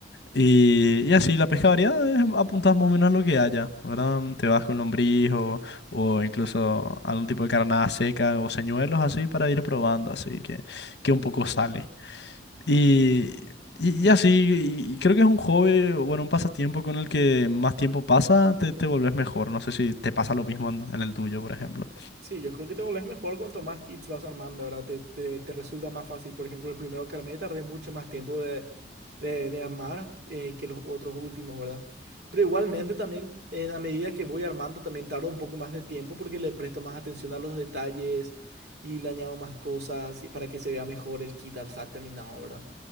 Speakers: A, on the left (about 65°); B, on the right (about 60°).
A: Y, y así, la pesca variada es apuntás más o menos a lo que haya, ¿verdad? Mm, Te vas con lombriz o, o incluso algún tipo de carnada seca o señuelos así para ir probando, así que, que un poco sale. Y, y, y así, y creo que es un hobby, bueno, un pasatiempo con el que más tiempo pasa, te, te volvés mejor. No sé si te pasa lo mismo en, en el tuyo, por ejemplo.
B: Sí, yo creo que te volvés mejor cuanto más kits vas armando, ¿verdad? Te, te, te resulta más fácil. Por ejemplo, el primero que armé tardé mucho más tiempo de, de, de armar eh, que los otros últimos, ¿verdad? Pero igualmente también, eh, a medida que voy armando, también tardo un poco más de tiempo porque le presto más atención a los detalles y le añado más cosas y para que se vea mejor el kit al estar terminado, ¿verdad?